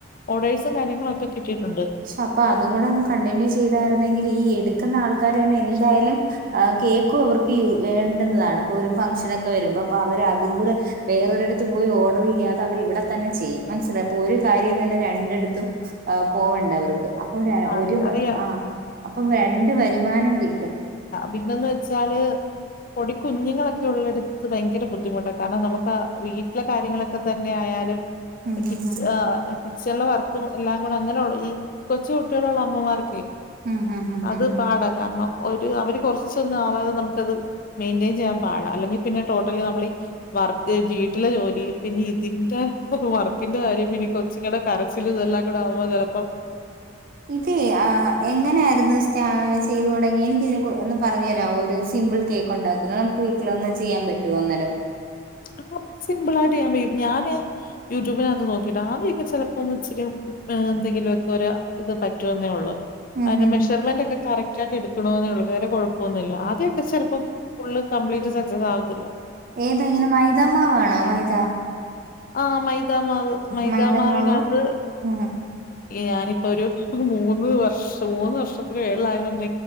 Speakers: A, on the left (about 45°); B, on the right (about 45°).
A: ഓഡേഴ്സും കാര്യങ്ങളോക്കെ കിട്ടിയിട്ടുണ്ട്.
B: പക്ഷെ അപ്പൊ അതും കൂടെ ഒന്ന് കണ്ടിന്യൂ ചെയ്തായിരുന്നെങ്കിൽ ഈ എടുക്കുന്ന ആൾക്കാര് തന്നെ എന്തായാലും ആഹ് കേക്കും അവർക്ക് വേണ്ടന്നതാണ് ഇപ്പൊ ഒരു ഫങ്ഷനൊക്കെ വരുമ്പോ അപ്പ അവര് അതും കൂടെ വേറൊരിടത്ത് പോയി ഓർഡർ ചെയ്യാതെ അവര് ഇവടെ തന്നെ ചെയ്യും മനസ്സിലായൊ അപ്പൊ ഒര് കാര്യം തന്നെ രണ്ടട്ത്തും ആഹ് പോവണ്ട അവർക്ക് പ്പൊരെ
A: അത്
B: ഒരു
A: അറിയാം
B: ആഹ് അപ്പം രണ്ട് വരുമാനം കിട്ടും
A: പിന്നോന്ന് വെച്ചാല് പൊടി കുഞ്ഞുങ്ങളൊക്കെ ഉള്ളടത്ത് ഭയങ്കര ബുദ്ധിമുട്ടാ കാരണം നമുക്കാ ആഹ വീ ട്ടിലെ കാര്യങ്ങളൊക്കെ തന്നെ ആയാലും
B: ഉം
A: കിച്ച
B: ഉം
A: കിച്ചണ്ലെ വർക്കും എല്ലാം കൂടെ അങ്ങനെ ഈ കൊചൂ ട്ട്യോളുള്ള അമ്മമാർക്കെ
B: ഉം ഉം ഉം ഉം
A: അത്
B: ഉം ഉം
A: പാടാ കാരണം ഒരു അവര് കൊറ്ച്ചൊന്ന് ആവാതെ നമുക്കത് മെയ്ന്റെയെൻ ചെയ്യാൻ പാടാ അല്ലെങ്കി പിന്നെ ടോട്ടലി നമ്മളി വർക്ക് വീട്ടിലെ ജോലി പിന്നെ ഇതിന്റെ പ്പ വർക്കിന്റെ കാര്യം ഇനി കൊച്ച്ങ്ങളുടെ കരച്ചിലും ഇതെല്ലാം കൂടെ ആവുമ്പോ ച്ചേലപ്പോം
B: ഇത് ആഹ് എങ്ങനെയായിരുന്നു സ്റ്റാ ചെയ്ത് തൊടങ്ങിയെ എനിക്കിത് നെകു ഒന്ന് പറഞ് തരാവോ ഒരു സിമ്പിൾ കേക്കു ണ്ടാ നമുക്ക് വീട്ടിൽ ഒന്ന് ചെയ്യാൻ പറ്റുമോന്നേരം
A: ആഹ് സിംമ്പ്ളായിട്ട് ചെയ്യൻ കയ്യും ഞാന് യൂട്യൂബിനകത്ത് നോക്കിട്ടാ ആദ്യോക്കെ ച്ചേ ഒന്ന് ഇച്ചിരി ഏഹ എന്തെങ്കിലോ ക്കെരാ ഇത് പറ്റുവെന്നേ ഒള്ളൂ
B: ഉം ഉം
A: അയ്ന്റെ
B: ഉം.
A: മെഷർമെന്റ് ഓക്കേ കറക്റ്റ് റ്റായിട്ട് എടുക്കണോ ന്നെയൊള്ളൂ വേറെ കൊഴപ്പോന്നുല്ല ആദ്യൊക്കെ ചെലപ്പോം ഫുള്ള് കംപ്ലീറ്റ് സെക്സസാവത്തില്ല
B: ഏതാ ഇങ്ങനെ മൈതമാവാണോ മൈത
A: ആഹ് മൈതാമാവ് മൈതാമാവിനത്
B: മൈദമാവ് ഉം
A: ഞാനിപ്പൊ ഒരു മൂന്ന് വർഷം മൂന്ന് വർഷത്തിന് മോകളിലായൊണ്ട്